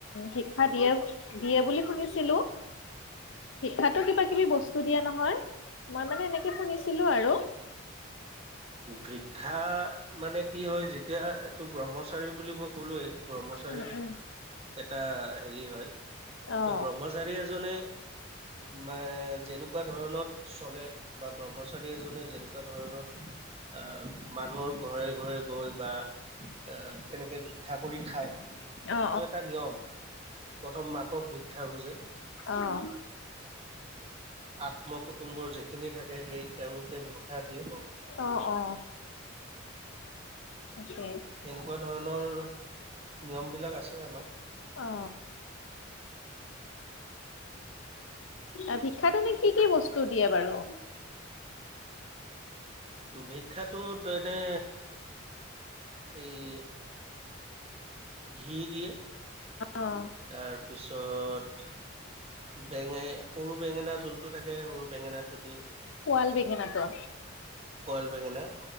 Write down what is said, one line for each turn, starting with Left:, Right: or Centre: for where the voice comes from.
Left: শিক্ষা দিয়ে দিয়ে বুলি শুনিছিলো শিক্ষাতো কিবা কিবি বস টো দিয়ে নহয় মই মানে এনেকে শুনিছিলো আৰু।
Right: ভিক্ষা মানে কি হয় যেতিয়া এইটো ব্ৰহ্মচাৰী বুলি মই ক'লোৱেই ব্ৰহ্মচাৰীৰ
Left: উম উম
Right: এটা হেৰি হয়
Left: অ
Right: ত' ব্ৰহ্মচাৰী এজনে ম যেনেকুৱা ধৰণত চলে বা ব্ৰহ্মচাৰী এজনে যেনেকুৱা ধৰণত আহ মানুহৰ ঘৰে ঘৰে গৈ বা আহ তেনেকে ভিক্ষা কৰি খায়। সেইটো
Left: অ
Right: এটা নিয়ম প্ৰথম মাকক ভিক্ষা খুজে।
Left: অহ
Right: আত্ম কুটুম্বৰ যিখিনি থাকে সেই তেওঁলোকে ভিক্ষা দিয়ে।
Left: অ অ আছে
Right: এনেকুৱা ধৰণৰ নিয়মবিলাক আছে আমাৰ।
Left: অ উ ভিক্ষাত এনে কি কি বস্তু দিয়ে বাৰু।
Right: ভিক্ষাটোত এনে এই ঘি দিয়ে।
Left: অ
Right: তাৰপিছত বেঙাই সৰু বেঙেনা যোনটো থাকে সৰু বেঙেনাটো দিয়ে।
Left: পোৱাল বেঙেনাটো
Right: বইল বেঙেনা